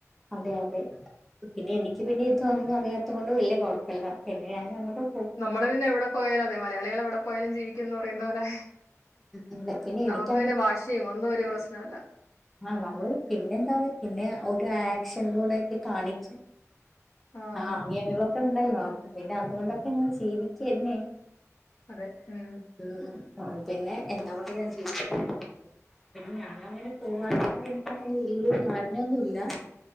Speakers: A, in the centre; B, on the left.
A: അതെയതെ പിന്നെ എനിക്ക് പിന്നെ ഇതൊന്നും അറിയാത്ത കൊണ്ട് വല്യ കൊഴപ്പില്ല പിന്നെ ഞാനങ്ങോട്ടും
B: നമ്മള് പിന്നെ എവിടെ പ്പോയാലും അതെ മലയാളികൾ എവിടെ പ്പോയാലും ജീവിക്കും എന്ന് പറയുന്നത് പോലെ
A: എന്താ പിന്നെ എനിക്ക്
B: നമുക്ക് പിന്നെ ഭാഷയും ഒന്നും ഒരു പ്രശ്നവല്ല
A: ആഹ് നമ്മള് പിന്നെ എന്താവ പിന്നെ ഒരു ആക്ഷനിലൂടെ ഒക്കെ കാണിച്ച്
B: ആഹ്
A: ആഗ്യങ്ങളൊക്കെ ഉണ്ടല്ലോ പിന്നെ അതുകൊണ്ടൊക്കെ ങ്ങനെ ജീവിക്കന്നെ
B: അതെ ഉം
A: ഉം ഉം അപ്പ പിന്നെ എന്താ പറയാ ജീവിച്ചല്ലേ പറ്റൂ പിന്നെ ഞാനങ്ങനെ പോവാതിരിക്കാൻ എനിക്ക് അങ്ങനെ വല്യ കാരണം ഒന്നുല്ല